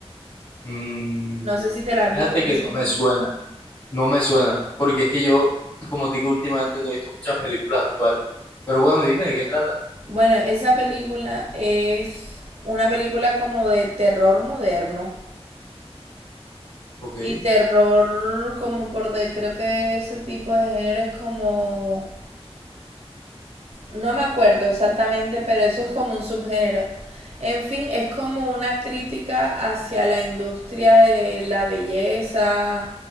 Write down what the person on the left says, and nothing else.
Mm,
fíjate
que
no me suena, no me suena, porque es que yo, como te digo, últimamente no he visto muchas películas actuales. Pero bueno, dime de qué trata.
Ok,